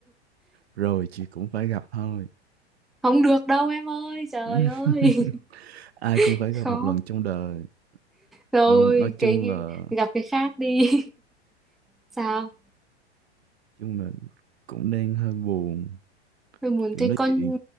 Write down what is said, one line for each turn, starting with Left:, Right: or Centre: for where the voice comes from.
Right: rồi chị cũng phải gặp thôi
Centre: không được đâu em ơi trời
Right: <laughs>
Centre: ơi
Right: ai
Centre: <laughs>
Right: cũng phải gặp
Centre: khó
Right: một lần trong đời
Centre: Rồi
Right: ờ, nói chung
Centre: cái,
Right: là
Centre: cái gặp cái khác đi. <laughs> Sao?
Right: chung là cũng đang hơi buồn
Centre: Tôi muốn
Right: kiểu
Centre: thấy
Right: nói
Centre: con
Right: chuyện